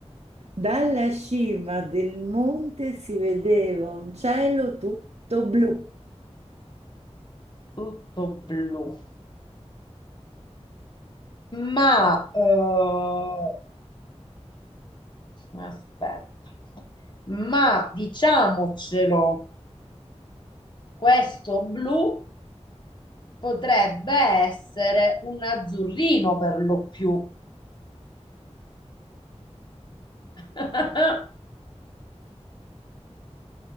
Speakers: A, on the right; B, on the left.
A: dalla cima del monte si vedeva un cielo tutto blu,
B: tutto blu, ma eh, Aspetta. Ma diciamocelo, questo blu potrebbe essere un azzurrino per lo più. <laughs>